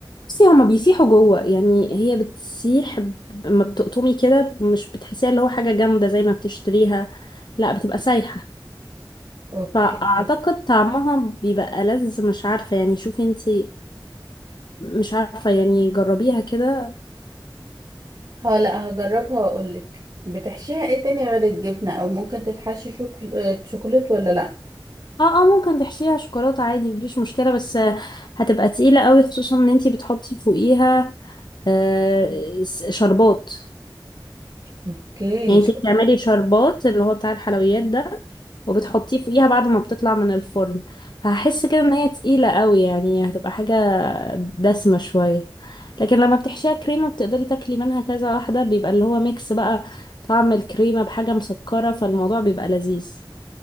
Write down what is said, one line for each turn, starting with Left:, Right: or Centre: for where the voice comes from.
Left: بصي هما بيسيحوا جوه يعني هي بتسيح ب- لما بتقطمي كده مش بتحسيها اللي هو حاجة جامدة زي ما بتشتريها لا بتبقى سايحة
Right: اوكي
Left: فأعتقد طعمها بيبقى ألذ مش عارفة يعني شوفي انتي مش عارفة يعني جربيها كده
Right: اه لا هجربها واقول لك بتحشيها ايه تاني غير الجبنه او ممكن تتحشي شوكل... آه، شوكولات ولا لا
Left: اه اه ممكن تحشيها شوكولاتة عادي مفيش مشكلة بس آه، هتبقى تقيلة قوي خصوصا ان انتي بتحطي فوقيها آه س- شربات
Right: اوكي
Left: يعني
Right: ش-
Left: انتي بتعملي شربات اللي هو بتاع الحلويات ده وبتحطيه فوقيها بعد ما بتطلع من الفرن فهحس كده ان هي تقيلة قوي يعني هتبقى حاجة دسمة شوية لكن لما بتحشيها كريمة بتقدري تاكلي منها كذا واحدة بيبقى اللي هو ميكس بقى طعم الكريمة بحاجة مسكرة فالموضوع بيبقى لذيذ